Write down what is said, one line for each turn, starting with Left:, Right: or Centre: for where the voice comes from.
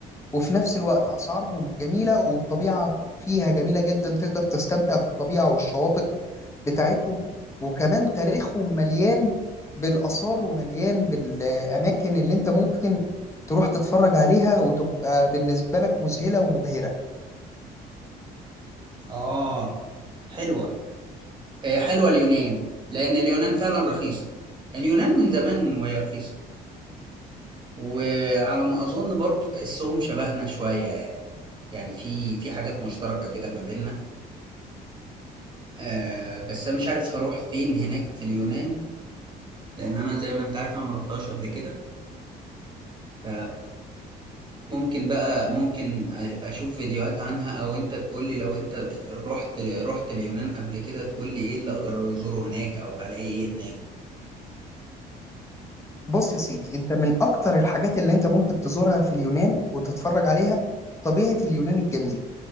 Left: وفي نفس الوقت اسعارهم جميله والطبيعه فيها جميله جدا تقدر تستمتع بالطبيعه والشواطئ بتاعتهم وكمان تاريخهم مليان بالآثار ومليان بالأماكن اللي أنت ممكن تروح تتفرج عليها وتبقى بالنسبة لك مذهلة ومبهرة
Right: اه حلوه هي حلوه اليونان لان اليونان فعلا رخيصه اليونان من زمان وهي رخيصه وعلى ما اظن برضو تحسهم شبهنا شويه يعني يعني في في حاجات مشتركه كده ما بيننا آه بس انا مش عارف هروح فين هناك في اليونان لان انا زي ما انت عارف انا ما رحتهاش قبل كده ف ممكن بقى ممكن أ- اشوف فيديوهات عنها او انت تقول لي لو انت رحت رحت اليونان قبل كده تقول لي ايه اللي اقدر ازوره هناك او هلاقي ايه هناك
Left: بص يا سيدي أنت من أكتر الحاجات اللي أنت ممكن تزورها في اليونان وتتفرج عليها طبيعة اليونان الجميلة